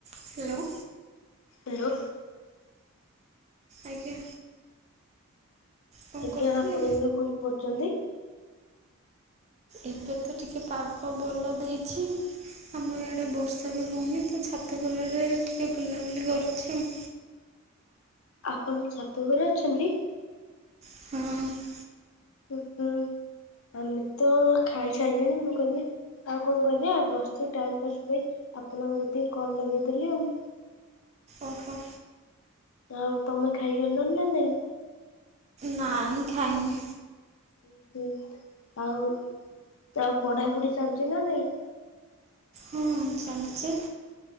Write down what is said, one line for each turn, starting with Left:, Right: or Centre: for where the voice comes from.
Right: Hello
Left: hello
Right: ଆଜ୍ଞା କଣ
Left: ଆଜ୍ଞା
Right: କରୁଥିଲେ?
Left: ଆପଣ ଏଇନା କଣ କରୁଛନ୍ତି?
Right: ଏବେ ତ ଟିକଏ ପାଗ ଭଲ ଦେଇଛି। ଆମର ଇଆଡ଼େ ବର୍ଷା ବି ହଉନି ତ ଛାତ ପରିବାରେ ଟିକେ ବୁଲାବୁଲି କରୁଛି ଆଉ।
Left: ଆପଣ ଛାତ ଘରେ ଅଛନ୍ତି।
Right: ହଁ
Left: ହୁଁ ଆମେ ତ ଖାଇସାରିଲଣି ମୁଁ କହିଲି ଆଉ କଣ କରିବା ବସିଛି ଟାଇମ ପାସ୍ କରି ଆପଣଙ୍କ ଟେ କଲ୍ ଲଗେଇଦେଲି ଆଉ
Right: ଓହୋ
Left: ଆଉ ତମେ ଖାଇସାରିଲନ ନା ନାଇଁ।
Right: ନାଇଁଁ ଖାଇନି।
Left: ଉ ହୁଁ ଆଉ ଆଉ ପଢାପଢି ଚାଲିୁଛି ନା ନାଇଁ।
Right: ହଁ ଚାଲୁଛି।